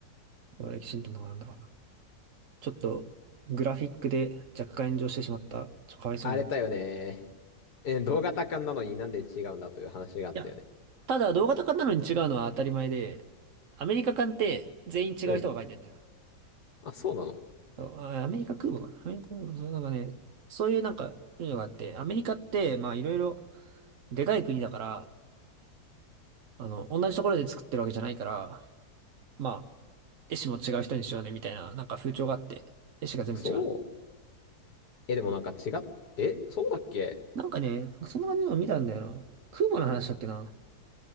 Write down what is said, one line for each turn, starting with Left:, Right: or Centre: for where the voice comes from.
Right: レキシントンとかなんだかな。ちょっと、グラフィックで若干炎上してしまった。ちょっとかわいそうなやつ。
Left: あれだよね。
Right: い
Left: え、動画多感なのになんで違うんだという話があったよね。
Right: や、ただ動画とかなのに違うのは当たり前で、アメリカ館って全員違う人が書いてんだよ。
Left: うん。あ、そうなの。
Right: そうあアメリカ空母かな。アメリカ空母、そうなんかね、そういうなんか、いうのがあって、アメリカって、まあいろいろ、でかい国だから、あの、同じところで作ってるわけじゃないから、まあ、絵師も違う人にしようね、みたいな、なんか風潮があって、絵師が全部違う。
Left: 嘘。え、でもなんか違っ、え、そうだっけ
Right: なんかね、そんな感じのを見たんだよな。空母の話だっけな。